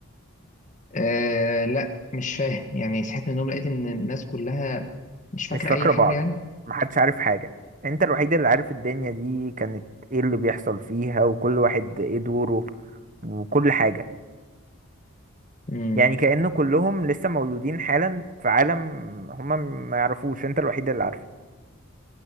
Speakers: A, on the left; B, on the right.
A: آه لا مش فاهم يعني صحيت من النوم لقيت ان الناس كلها مش فاكره
B: مش فاكرة
A: اي حاجه
B: بعض
A: يعني
B: محدش عارف حاجة انت الوحيد اللي عارف الدنيا دي كانت ايه اللي بيحصل فيها وكل واحد ايه دوره وكل حاجة
A: امم
B: يعني كأن كلهم لسه مولودين حالا في عالم هما ما يعرفوش انت الوحيد اللي عارفه